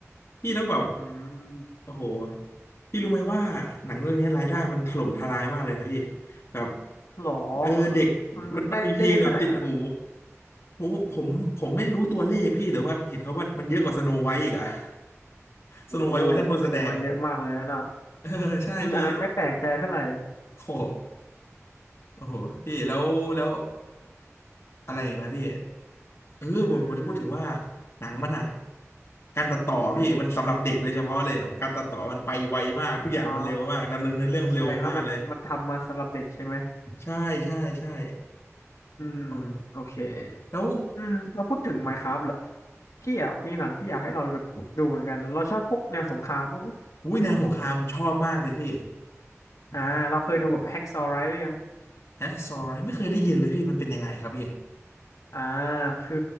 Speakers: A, on the left; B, on the left.
A: พี่แล้วแบบ
B: อืม
A: โอ้โหพี่รู้ไหมว่าหนังเรื่องนี้รายได้มันถล่มทลายมากเลยนะพี่แบบ
B: หรอ
A: เออเด็กมันมันมีเพลงแบบติดหู
B: มันได้ได้เยอะแค่ไหนอ่ะ
A: ผมผมผมไม่รู้ตัวเลขพี่แต่ว่าเห็นเขาว่ามันเยอะกว่าสโนไวท์อีกอะ <laughs>
B: โอ้
A: สโนไวท์เวอร์ชันคนแสดง
B: แสดงว่าเยอะมากเลยนะ
A: เออใช่พี่
B: อืมอันนั้นไม่แปลกใจเท่าไหร่
A: โอ้โหโอ้โหพี่แล้วแล้วอะไรอย่างนะพี่เออผมผมจะพูดถึงว่า
B: อืม
A: หนังมันอะการตัดต่อพี่มันสำหรับเด็กโดยเฉพาะเลยอะการตัดต่อมันไปไวมากทุกอย่างมันเร็วมากดำเนินเนื้อเรื่องเร็วมากเลย
B: อืมอ๋อแสดงว่ามันมันทำมาสำหรับเด็กใช่ไหม
A: ใช่ใช่ใช่
B: อืม
A: อ๋อ
B: โอเค
A: แล้ว
B: อืม เราพูดถึง Minecraft เหรอพี่อ่ะมีหนังที่อยากให้เราดูเหมือนกันนะเราชอบพวกแนวสงครามบ้างไหม
A: วุ้ยแนวสงครามชอบมากเลยพี่
B: อ่า เราเคยดูแบบ Hacksaw Ridge หรือยัง
A: แฮกซอว์ไรไม่เคยได้ยินเลยพี่ มันเป็นยังไงครับพี่
B: อ่าคือ